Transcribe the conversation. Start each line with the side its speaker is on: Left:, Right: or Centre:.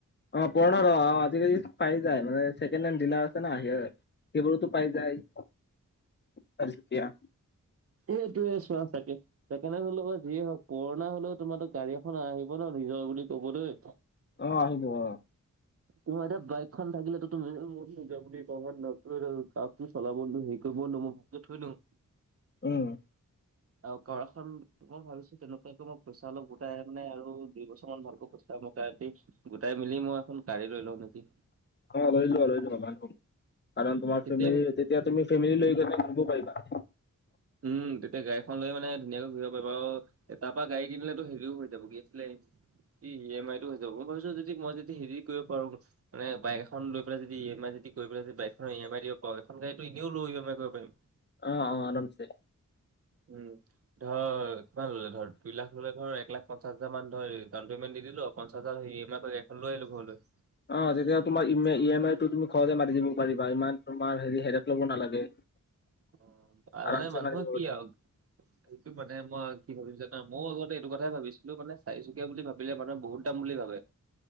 Left: অ পুৰণা অ আজিকালি পাই যায় মানে ছেকেণ্ড হেণ্ড দিলাৰ আছে ন আহিয়ে যায়। সেইবোৰতো পাই যায়। চাৰিচকীয়া
Right: এইটোয়ে চোৱা চাগে ছেকেণ্ড হেণ্ড হ'লেও যিয়ে হওঁক। পুৰণা হ'লেও তোমাৰ গাড়ী এখন আহিব ন নিজৰ বুলি কবলৈ।
Left: অ আহিব অ।
Right: তোমাৰ এতিয়া বাইকখন থাকিলেতো তুমি মোৰ নিজৰ বুলি ক'ব ন খাকটো চলাব নো হেৰি কৰিব নো মই। য'ত থৈদো।
Left: উম।
Right: আও ঘৰখন মই ভাবিছোঁ তেনেুৱাকে মই পইচা অলপ গোটাই মানে আৰু দুই বছৰ মান ভালকৈ পইচা গোটাই দি গোটাই মেলি মই এখন গাড়ী লৈ লওঁ নেকি?
Left: অ লৈ লোৱা লৈ লোৱা ভাল হ'ব। কাৰণ তোমাৰ
Right: তেতিয়াই
Left: ফেমিলি তেত- এতিয়া তুমি ফেমিলি লৈ গলে ঘুৰিব পাৰিবা।
Right: উম তেত- তেতিয়া গাড়ীখন লৈ মানে ধুনীয়াকৈ ঘূৰিব পাৰিবা আৰু তাৰপৰা গাড়ী কিনিলেতো হেৰিও হৈ যাব কি আছিলে ই ই এম আই টো হৈ যাব মই ভাবিছো যদি মই যদি হেৰি কৰিব পাৰো মানে বাইক এখন লৈ পেলাই যদি ই এম আই যদি কৰিব আছে যদি বাইকখনৰ ই এম আই দিব পা এখন গাড়ীটো এনেও লৈও ই এম আই কৰিব পাৰিম।
Left: অ অ আৰামছে।
Right: উম, ধৰ কিমান ল'লে, ধৰ দুই লাখ ল'লে ধৰ এক লাখ পঞ্চাশ হাজাৰ মান ধৰ ডাউণ্ট পেমেণ্ট দিদিলোঁ পঞ্চাশ হাজাৰ ই এম আই কৰি এখন লৈ আহিলো ঘৰলৈ।
Left: অ তেতিয়া তোমাৰ ইমে ই এম আইটো তুমি ঘৰলে মাতি দিব পাৰিবা। ইমান তোমাৰ হেৰি হেৰেপ ল'ব নালাগে।
Right: অ তাৰ
Left: আৰামছে
Right: মানে মানুহৰ
Left: মাৰি দিব পাৰিবা
Right: কি আও সেইটো মানে মই কি ভাবিছোঁ যাত- ন মইয়ো আগতে এইটো কথাই ভাবিছিলোঁ মানে চাৰিচকীয়া বুলি ভাবিলে মানুহে বহুত দাম বুলি ভাবে।